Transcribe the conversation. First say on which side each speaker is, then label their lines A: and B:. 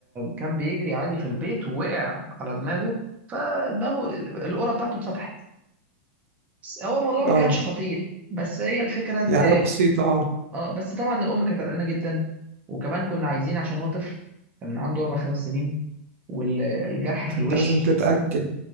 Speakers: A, on the right; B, on the right.
A: كان بيجري عادي في البيت ووقع على دماغه فدماغه القرة بتاعته اتفتحت بس هو الموضوع ما
B: اه
A: كانش خطير بس هي الفكره ان
B: هي حاجة بسيطة اه
A: اه بس طبعا الام كانت قلقانه جدا وكمان كنا عايزين عشان هو طفل كان عنده اربع خمس سنين والجرح في
B: فأنت
A: الوش
B: لازم تتأكد